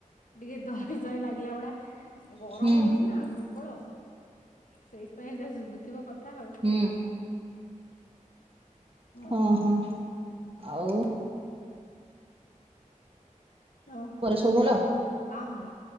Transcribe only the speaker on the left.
ଟିକେ ଧଇଁ ସଇଁ ଲାଗିଲା ଭଳିଆ ଗରମ
ହୋଉଚି ନା ପ୍ରବଳ ସେଇଥିପାଇଁ ଏମିତିଆ ଶୁଭୁଥିବ କଥା ଆଉ
ଓ
ହଁ
ହଁ